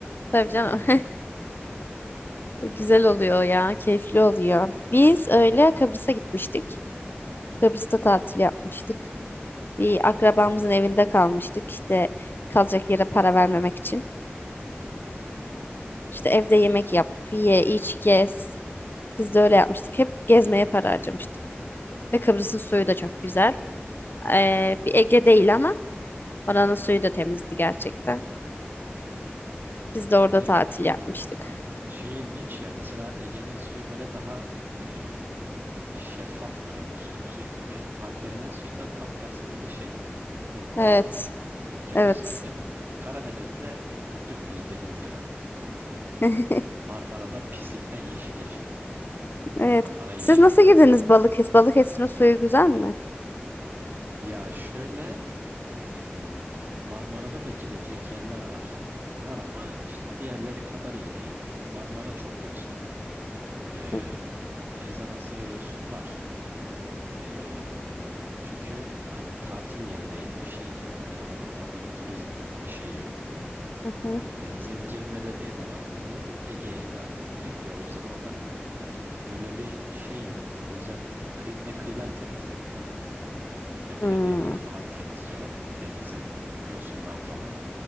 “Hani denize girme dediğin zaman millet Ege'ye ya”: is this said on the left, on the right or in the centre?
Right